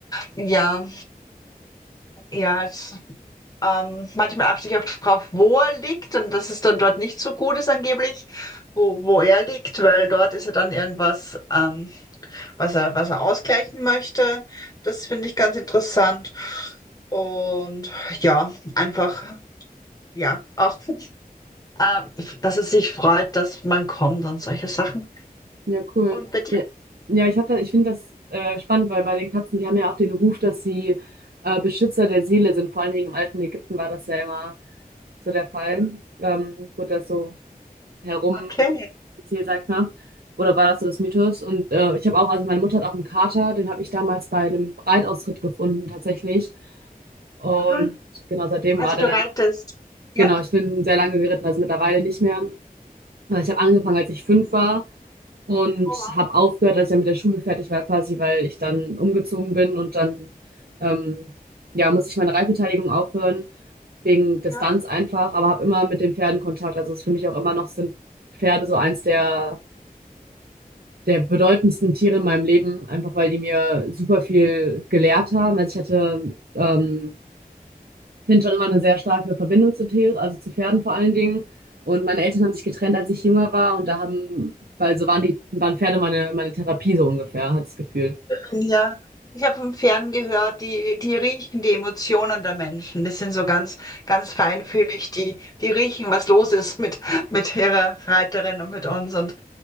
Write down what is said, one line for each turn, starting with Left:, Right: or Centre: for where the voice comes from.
Left: ja, ja, es. Ähm, manchmal achte ich auch drauf, wo er liegt und dass es dann dort nicht so gut ist angeblich, wo, wo er liegt, weil dort ist ja dann irgendwas, ähm, was er, was er ausgleichen möchte. Das finde ich ganz interessant. Und ja, einfach, ja, auch, ähm, dass es sich freut, dass man kommt und solche Sachen.
Right: Ja, cool.
Left: Und bei dir?
Right: Ja, ja ich hab da, ich finde das äh, spannend, weil bei den Katzen, die haben ja auch den Ruf, dass sie äh, Beschützer der Seele sind. Vor allen Dingen im alten Ägypten war das ja immer so der Fall. Ähm, wurde das so herum
Left: Okay.
Right: erzählt, sag ich mal. Oder war das so das Mythos? Und äh, ich habe auch, also meine Mutter hat auch einen Kater, den habe ich damals bei einem Reitausritt gefunden, tatsächlich. Und
Left: aha.
Right: genau, seitdem
Left: Also
Right: war der
Left: du
Right: dann,
Left: reitest. Ja.
Right: genau, ich bin sehr lange geritten, also mittlerweile nicht mehr. Aber ich habe angefangen, als ich fünf war und
Left: Oh,
Right: habe aufgehört, als ich dann mit der Schule fertig war, quasi, weil ich dann umgezogen bin und dann ähm, ja, musste ich meine Reitbeteiligung aufhören, wegen Distanz
Left: wow.
Right: einfach, aber habe immer mit den Pferden Kontakt. Also es ist für mich auch immer noch sind Pferde so eins der, der bedeutendsten Tiere in meinem Leben, einfach weil die mir super viel gelehrt haben. Also ich hatte ähm, finde schon immer eine sehr starke Verbindung zu Tieren, also zu Pferden vor allen Dingen. Und meine Eltern haben sich getrennt, als ich jünger war. Und da haben, weil so waren die, waren Pferde meine, meine Therapie so ungefähr, hat das Gefühl.
Left: Ja, ich habe vom Fern gehört, die, die riechen die Emotionen der Menschen. Das sind so ganz, ganz feinfühlig, die, die riechen, was los ist mit, mit ihrer Reiterin und mit uns. Und